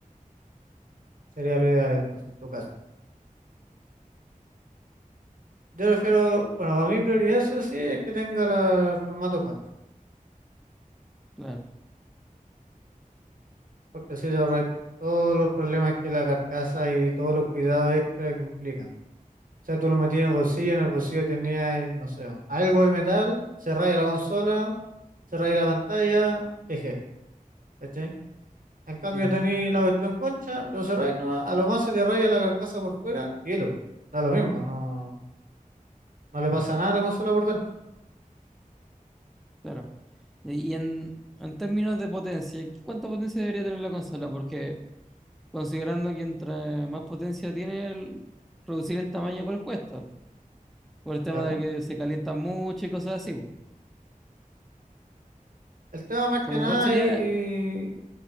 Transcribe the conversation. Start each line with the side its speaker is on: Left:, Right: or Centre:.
Right: Sería lo ideal entonces, en tu caso. Yo prefiero, bueno, a mi prioridad sí o sí es que tenga la- el formato concha,
Centre: Claro.
Right: porque así te ahorras todos los problemas que la carcasa y todos los cuidados extra que implican. O sea, tú lo metías en el bolsillo, en el bolsillo tenías, no sé, algo de metal, se raya la consola, se raya la pantalla, jeje, ¿cachai? En cambio
Centre: Ujú.
Right: tenéis la cuestión concha, lo cerráis nomás, a lo más se te raya la carcasa por fuera, cielo, da lo mismo, no, no le pasa nada a la consola por dentro,
Centre: Claro. Y en, en términos de potencia, ¿cuánta potencia debería tener la consola? Porque considerando que entre más potencia tiene, el- reducir el tamaño igual cuesta. Por el tema
Right: claro.
Centre: de que se calientan mucho y cosas así. po.
Right: El tema más que
Centre: Como
Right: nada
Centre: cuál sería...
Right: ahí,